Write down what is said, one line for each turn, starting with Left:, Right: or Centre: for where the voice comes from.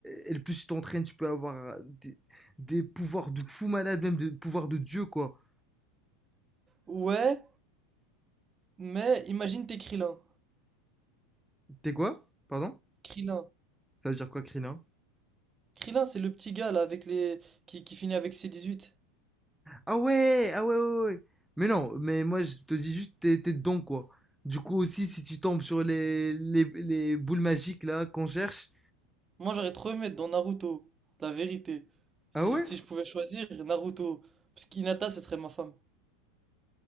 Centre: Et le plus tu t'entraînes, tu peux avoir des, des pouvoirs de fou malade, même des pouvoirs de dieu, quoi.
Right: Ouais, mais imagine t'es Krillin.
Centre: T'es quoi? Pardon?
Right: Krillin.
Centre: Ça veut dire quoi, Krillin
Right: Krillin, c'est le petit gars, là, avec les, qui, qui finit avec c huit.
Centre: Ah ouais Ah ouais, ouais, ouais Mais non, mais moi, je te dis juste, t'es t'es dedans, quoi. Du coup, aussi, si tu tombes sur les, les, les boules magiques, là, qu'on cherche...
Right: Moi, j'aurais trop aimé être dans Naruto, la vérité. Si,
Centre: Ah ouais
Right: si je pouvais choisir Naruto, parce qu'Hinata, ce serait ma femme.